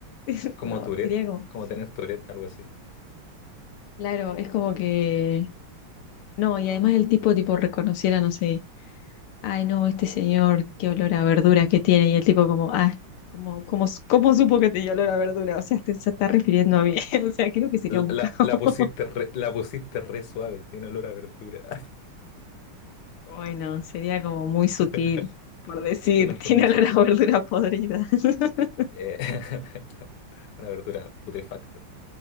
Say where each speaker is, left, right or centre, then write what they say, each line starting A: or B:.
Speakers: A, on the left (about 80°); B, on the left (about 65°).
A: <laughs>
B: Como
A: No,
B: Tourette,
A: sería como,
B: como tener Tourette, algo así.
A: claro, es como que, no, y además el tipo, tipo, reconociera, no sé, ay, no, este señor, qué olor a verduras que tiene, y el tipo como, ah, como, como, ¿cómo supo que tenía olor a verdura? O sea, te- se está refiriendo a mí, <laughs> o sea, creo que sería
B: La,
A: un caos.
B: la pusiste re, la pusiste re suave, tiene olor a verdura.
A: Bueno, sería como muy sutil,
B: <laughs>
A: por decir,
B: Una
A: <laughs> tiene
B: forma
A: olor
B: sutil.
A: a verdura podrida. <laughs>
B: Eh, <laughs> una verdura putrefacta.